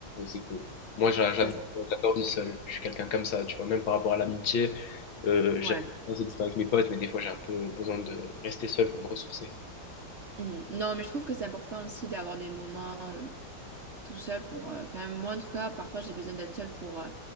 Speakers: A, on the left; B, on the right.
A: c'est cool. Moi, j'a- j'adore
B: Ça, c'est-
A: j'adore vivre seul. Je suis quelqu'un comme ça, tu vois, même par rapport à l'amitié, euh, j'aime
B: ouais.
A: passer du temps avec mes potes, mais des fois, j'ai un peu besoin de rester seul pour me ressourcer.
B: Mhm. Non, mais je trouve que c'est important aussi d'avoir des moments euh, tout seul pour. euh, Enfin, moi en tout cas, parfois j'ai besoin d'être seule pour euh,